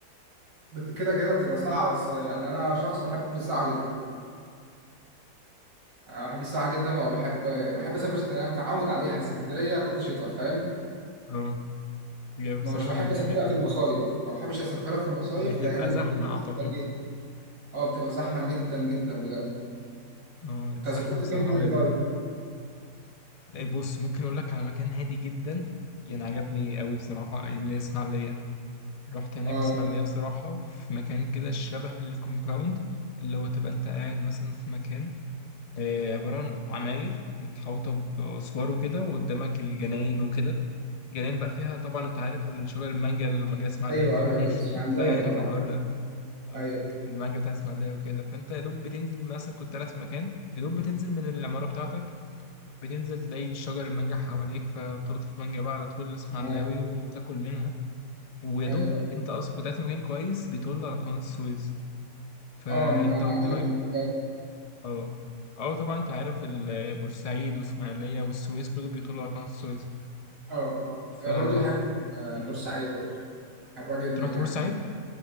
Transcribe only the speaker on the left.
اه هي
بصراحه
جميله
جدا
بتبقى
زحمه
اعتقد
اه الزحمه
بصراحه
رهيبه
إيه، بص ممكن اقول لك على مكان هادي جدا يعني عجبني قوي بصراحه اللي اسمع رحت هناك
اسماعيلية بصراحة في مكان كده شبه الكومباوند اللي هو تبقى انت قاعد مثلا في مكان آه، عبارة عن عماير متحوطة بأسوار وكده وقدامك الجناين وكده جناين بقى فيها طبعا انت عارف الشجر المانجا المانجا اسماعيلاوي
طبعا
<laughs>
فعارف
الحوار ده اه
المانجا بتاع اسماعيلية وكده فانت يا دوب بتنزل مثلا كنت قاعد في مكان يا دوب بتنزل من العمارة بتاعتك بتنزل تلاقي شجر المانجا حواليك فبتقطف مانجا بقى على طول اسماعيلاوي
وتاكل منها ويا
دوب انت اصلا كنت قاعد في مكان كويس بيطل على قناة السويس فانت
قدامك
اه اه طبعا انت عارف ال- بورسعيد واسماعيلية والسويس كله بيطل على قناة السويس
ف
مم.
انت رحت
بورسعيد؟